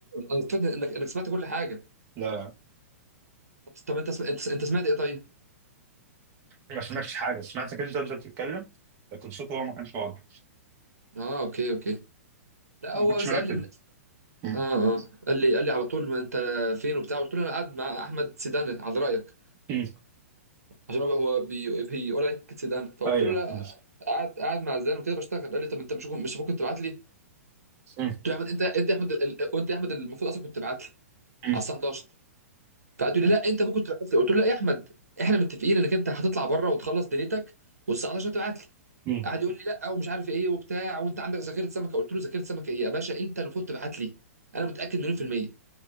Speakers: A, on the right (about 85°); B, on the right (about 35°).
A: انا افتكرت انك انك سمعت كل حاجه
B: لا لا
A: طب طب انت سم... انت انت سمعت ايه طيب؟
B: ما سمعتش حاجه سمعتك انت انت بتتكلم لكن صوته هو ما كانش واضح
A: اه اوكي اوكي لا
B: ما
A: هو
B: كنتش
A: بس
B: مركز
A: قال لي
B: مم.
A: اه اه قال لي قال لي على طول ما انت فين وبتاع قلت له انا قاعد مع احمد سيدان على رايك
B: مم.
A: عشان هو هو بي- بيقول عليك سيدان فقلت
B: ايوه
A: له لا
B: مم.
A: قاعد قاعد مع زيدان وكده بشتغل قال لي طب انت مش مش المفروض كنت تبعت لي
B: مم.
A: قلت له يا احمد انت انت يا احمد ال- وانت يا احمد المفروض اصلا كنت تبعت لي
B: مم.
A: على الساعه 11 فقعد يقول لي لا انت المفروض كنت تبعت لي قلت له لا يا احمد احنا متفقين انك انت هتطلع بره وتخلص دنيتك والساعه 11 تبعت لي
B: مم.
A: قعد يقول لي لا ومش عارف ايه وبتاع وانت عندك ذاكره سمكه قلت له ذاكره سمكه ايه يا باشا انت المفروض تبعت لي انا متاكد مليون في الميه